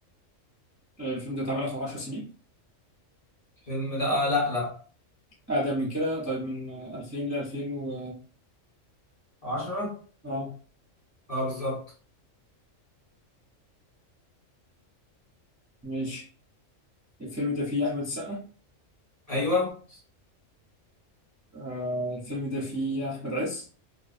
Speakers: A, on the right; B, on the left.
A: الفيلم ده اتعمل اخر 10 سنين
B: الفيلم ده آه لا لا
A: أقدم من كده طيب من 2000 ل 2000 و
B: عشرة
A: آه
B: اه بالظبط
A: ماشي الفيلم ده فيه أحمد السقا
B: ايوه
A: آه الفيلم ده فيه أحمد عز